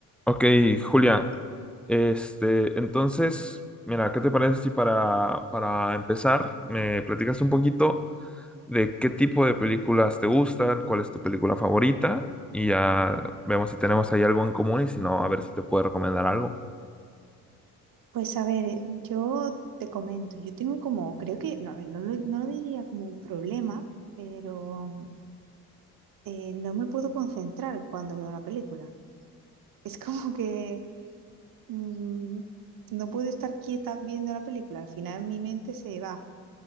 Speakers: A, in the centre; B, on the right.
A: Ok, Julia, este, entonces, mira, ¿qué te parece si para, para empezar me platicas un poquito de qué tipo de películas te gustan, cuál es tu película favorita y ya vemos si tenemos ahí algo en común y si no, a ver si te puedo recomendar algo.
B: Pues a ver, eh, yo te comento, yo tengo como, creo que, no, a ver, no lo, no lo diría como un problema, pero eh, no me puedo concentrar cuando veo una película. <laughs> Es como que mm, no puedo estar quieta viendo la película, al final mi mente se va.